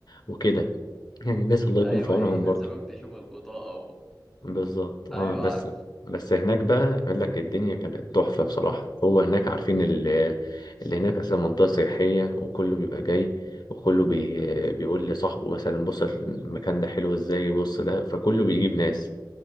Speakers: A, on the left (about 60°); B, in the centre.
A: وكده يعني الناس الله
B: ايوه
A: يكون في عونهم
B: ينزلوك
A: برضه
B: تشوف البطاقه و...
A: بالظبط اه
B: ايوه
A: بس
B: عارف
A: بس هناك بقى يقول لك الدنيا كانت تحفة بصراحة هو هناك عارفين ال- اللي هناك أصلا منطقة سياحية وكله بيبقى جاي وكله بي بيقول لصاحبه مثلا بص المكان ده حلو ازاي بص ده فكله بيجيب ناس